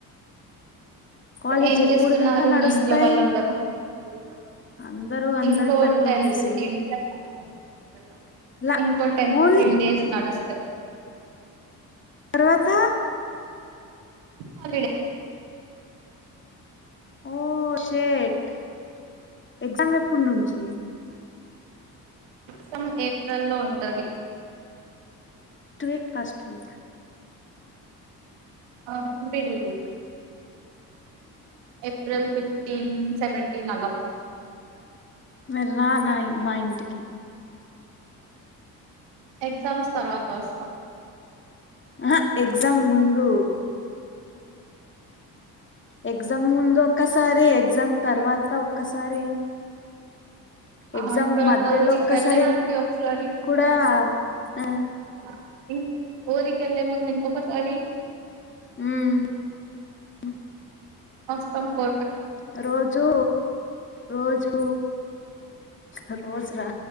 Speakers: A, on the left; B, on the right.
A: కాలేజ్
B: ఏం
A: ఎప్పుడు
B: చేస్తున్నారు.
A: దాకా నడుస్తాయి
B: మీ ఇంట్లో వాళ్ళందరూ <unintelligible>
A: అందరూ అందరి
B: ఇంకో
A: పనిలో
B: టెన్
A: బిజీ
B: ఫిఫ్టీన్ కి వేళ్ళా
A: లా
B: ఇంకో టెన్,
A: ఓన్లీ
B: ఫిఫ్టీన్, డేస్ నడుస్తే
A: తర్వాత
B: హాలిడే
A: ఓ షెట్ ఎగ్జామ్ ఎప్పుడ్నుంచి.
B: సం ఏప్రిల్ లో ఉంటాది.
A: టువీక్, కాస్ట్ వీక్
B: ఆ ఉండేది. ఇక్ ఏప్రిల్ ఫిఫ్టీన్, సెవెంటీన్ అలా
A: మరి రా నాఇ మా ఇంటికి
B: ఎగ్జామ్స్ తర్వాత వస్తా
A: ఆహా ఎగ్జామ్ ముందు ఎగ్జామ్ ముందు ఒక్కసారి, ఎగ్జామ్ తర్వా త ఒక్కసారి
B: ఆ
A: ఎగ్జామ్
B: తర్వాత
A: మధ్యలో
B: ఊరికి
A: ఒక్కసారి
B: వెళ్లేముంది. ఒక్ సారి
A: కూడా
B: ఒ
A: ఆ
B: ఆ ఇన్ ఊరికెళ్ళె ముందు, ఇంకొకొసారి
A: హ్మ్మ్ మ్మ్
B: అస్ స్తంపో
A: ఆ రోజూ, రోజు ఒ రోజ్రా,